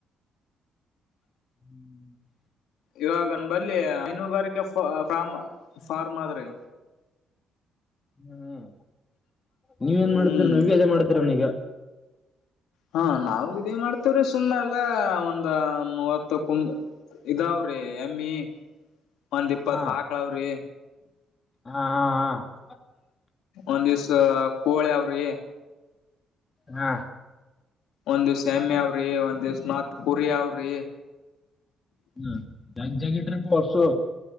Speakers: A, on the left; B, on the left.
A: ಹ್ಮ್
B: ಇವಾಗನ್ ನಮಂಬಲ್ಲಿ ಹೈನುಗಾರಿಕೆ ಫ್ಮ್ ಫಾರ್ಮ್ ಆದ್ರಿ
A: ಹ್ಮ್ ನೀವ ಏನ್
B: ಹ್ಮ್
A: ಮಾಡ್ತೀರಿ ನೀವ್ವಿ ಅದೆೇ ಮಾಡ್ತೀರಿನ ಇಗಾ
B: ಹಾ ನಾವು ಇದೇ ಮಾಡ್ತವ್ರಿ ಸುಮ್ನೆ ಎಲ್ಲಾ ಒಂದ ಮೂವತ್ತು ಕುಂಬ ಇದಾವ್ರಿ ಎಮ್ಮಿ ಒಂದ್ ಇಪ್ಪತ್
A: ಹಾ
B: ಆಕ್ಳಾವ್ರಿ.
A: ಹಾ ಹಾ ಹಾ.
B: ಒಂದಿವ್ಸ ಕೋಳಿ ಅವ್ರಿ
A: ಹಾ
B: ಒಂದಿವಸ್ ಎಮ್ಮಿ ಅವ್ರಿ ಒಂದ ದಿವ್ಸ ಮತ್ ಕುರಿ ಅವ್ರಿ
A: ಹ್ಮ್ ಜ್ಯ ಜಗಿ ಇಟ್ಟರಿ ಪಾ ಹಸು